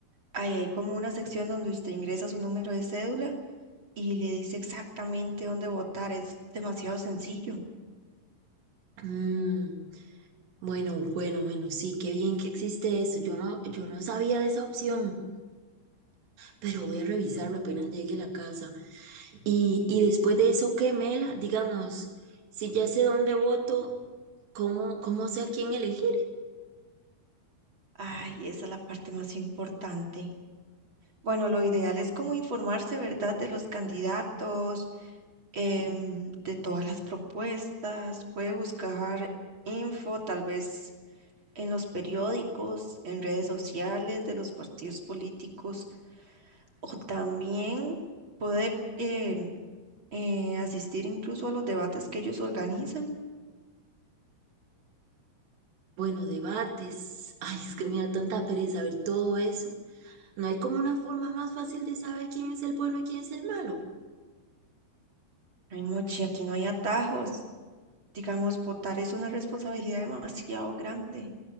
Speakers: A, on the right (about 35°); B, on the right (about 85°).
A: Ahí hay como una sección donde usted ingresa su número de cédula y le dice exactamente dónde votar. Es demasiado sencillo.
B: Mm, bueno, bueno, bueno, sí, qué bien que existe eso. Yo no, yo no sabía de esa opción, pero voy a revisarlo apenas llegue a la casa. Y, y después de eso, ¿qué, Mela? Digamos, si ya sé dónde voto, ¿cómo, cómo sé a quién elegir?
A: Ay, esa es la parte más importante. Bueno, lo ideal es como informarse, ¿verdad?, de los candidatos, em, de todas las propuestas. Puede buscar info, tal vez en los periódicos, en redes sociales de los partidos políticos, o también puede em, eh, asistir incluso a los debates que ellos organizan.
B: Bueno, debates. Ay, es que me da tanta pereza ver todo eso. ¿No hay como una forma más fácil de saber quién es el bueno y quién es el malo?
A: Ay, Mochi, aquí no hay atajos. digamos, votar es una responsabilidad demasiado grande